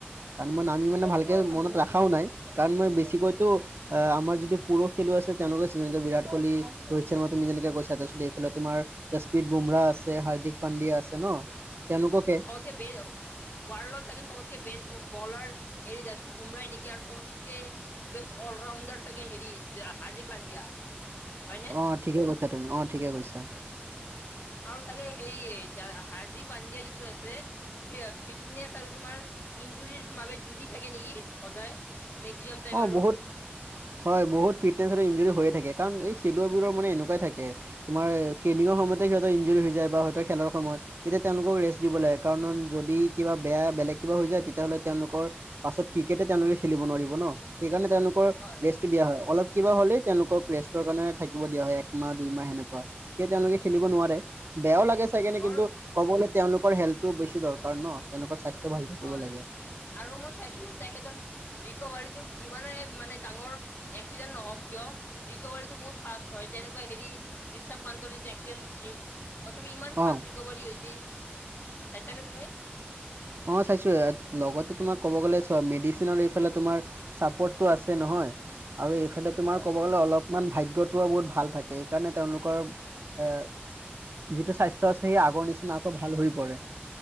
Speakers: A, on the right (about 70°); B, on the left (about 60°).
A: কাৰণ মই ন তুমি মানে ভালকৈ
B: অ
A: মনত ৰখাও নাই কাৰণ মই বেছিকৈতো আমাৰ যিটো পুৰষ খেলুৱ আছে তেওঁলোকেহে যেনেকে বিৰাট কোহলি, ৰোহিত শৰ্মা তুমি যেনেকে কৈছা। এইফালে তোমাৰ যাচপ্ৰীত বুমৰাহ আছে হাৰ্দিক পাণ্ডিয়া আছে ন। তেওঁলোককে
B: শদ বে ৱাৰল থে শত কে বেষ্ট বলাৰ হেৰি জিন বুমৰাই নেকি আৰু চতক ব্যস্ত অলৰাউণ্ডাৰ চাগে হেৰি হাৰ্দিক পানদিয়া হয়নে?
A: অ ঠিকে কৈছা তুমি অ ঠিকে কৈছা।
B: আৰু চাগে হেৰি হাৰ্দিক পাণ্ডিয়া যিটো আছে ফিটনেচ আৰু তোমাৰ। ইঞ্জুৰিৰ মাজত যুঁজি থাকে নেকি? সদায় মেক্সিমাম টাইম
A: অ
B: আৰু
A: বহুত হয় বহুত ফিটনেছ আৰু ইনঞ্জীৰ হৈ। থাকে কাৰণ এই খেলুৱবোৰৰ মানে এনেকুৱাই থাকে তোমাৰ ট্ৰেইনিঙৰ সময়তে সিহঁত ইঞ্জুৰি হৈ যায় বা হয়ত খেলৰ সময়ত তেতিয়া তেওঁলোকক ৰেষ্ট দিব লাগে। কাৰণ যদি কিবা বেয়া বেলেগ কিবা হৈ যায়। তেতিয়াহ'লে তেওঁলোকৰ পাছত ক্ৰিকেটে তেওঁলোকে খেলিব নোৱাৰিব ন সেইকাৰণে তেওঁলোকৰ
B: হয়
A: ৰেষ্টটো দিয়া হয় অলপ কিবা হ'লেই তেওঁলোকক ৰেষ্টৰ কাৰণে থাকিব দিয়া হয় একমাহ দুই মাহ সেনেকুৱা তে তেওঁলোকে খেলিব নোৱাৰে। বেয়াও লাগে চাই কেনে কিন্তু
B: আৰু
A: ক'ব গ'লে তেওঁলোকৰ হেল্থো বেছি দৰকাৰ ন তেওঁলোকৰ স্বাস্থ্য ভাল থাকিব
B: হয়
A: লাগে
B: আৰু মই চাইছো তাইক ধৰ ৰিকভাৰীটো যিমানে মানে ডাঙৰ এক্সিডেণ্ট নহওঁক কিয় ৰিকভাৰীটো বহুত ফাৰ্ষ্ট হয় তেনেকুৱা হেৰি ৰিচবপন্থৰ যে এক্সিডেণ্ট হৈছিল। তথাপি ইমান ফাষ্ট
A: অঁ
B: ৰিকভাৰী হৈছে চাইছানে তুমি।
A: অঁ চাইছোঁ লগতে তোমাক ক'ব গ'লে চোৱা মেডিচিনৰ এইফালে তোমাৰ চাপৰ্টটো আছে নহয়। আৰু এইফালে তোমাৰ
B: হয়
A: ক'ব গ'লে অলপ ইমান ভাগ্যটোও বহুত ভাল থাকে সেইকাৰণে তেওঁলোকৰ এ যিটো স্বাস্থ্য আছে সেই আগৰ নিচিনা আকৌ ভাল হৈ পৰে,